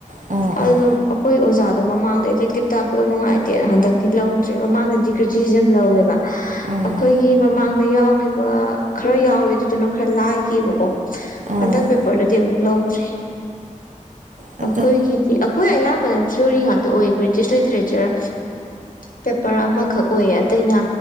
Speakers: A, on the right (about 65°); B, on the left (about 85°).
A: ꯑꯣ ꯑꯣ
B: ꯑꯗꯨꯝ ꯑꯩꯈꯣꯏ ꯑꯣꯖꯥꯗꯣ ꯃꯃꯥꯡꯗ ꯑꯦꯇꯦꯛꯇꯤꯞ ꯇꯥꯛꯄꯗꯣ ꯅꯨꯡꯉꯥꯏꯇꯦ ꯍꯟꯗꯛꯇꯤ ꯂꯧꯗ꯭ꯔꯦ ꯃꯃꯥꯡꯗꯗꯤ ꯁꯤꯦ ꯌꯥꯝ ꯂꯧꯋꯦꯕ ꯑꯩꯈꯣꯏꯒꯤ
A: ꯑꯣ
B: ꯃꯃꯥꯡꯗ ꯌꯥꯎꯈꯤꯕ ꯈꯔ ꯌꯥꯎꯋꯦ ꯑꯗꯨꯗꯨꯅ ꯈꯔ ꯂꯥꯏꯈꯤꯕꯕꯀꯣ
A: ꯑꯣ
B: ꯍꯟꯗꯛ ꯄꯦꯄꯔꯗꯗꯤ ꯑꯃꯨꯛ ꯂꯧꯗ꯭ꯔꯤ
A: ꯑꯗꯣ
B: ꯑꯩꯈꯣꯏꯒꯤꯗꯤ ꯑꯩꯈꯣꯏ ꯑꯌꯥꯝꯕꯅ ꯊꯤꯑꯣꯔꯤ ꯉꯥꯛꯇ ꯑꯣꯏꯕ ꯕ꯭ꯔꯤꯇꯤꯁ ꯂꯤꯇꯔꯦꯆꯔ ꯄꯦꯄꯔ ꯑꯃꯈꯛ ꯑꯣꯏꯌꯦ ꯑꯇꯩꯅ